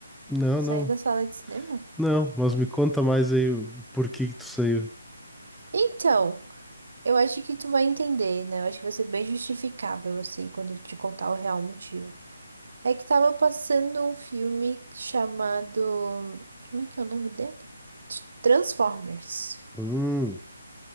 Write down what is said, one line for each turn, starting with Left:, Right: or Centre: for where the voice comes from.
Centre: Não, não.
Right: Saí da sala de cinema?
Centre: Não, mas me conta mais aí o o porquê que tu saiu.
Right: Então. Eu acho que tu vai entender, né? Eu acho que vai ser bem justificável, assim, quando eu te contar o real motivo. É que tava passando um filme chamado. Como é que é o nome dele? Transformers.
Centre: Hum.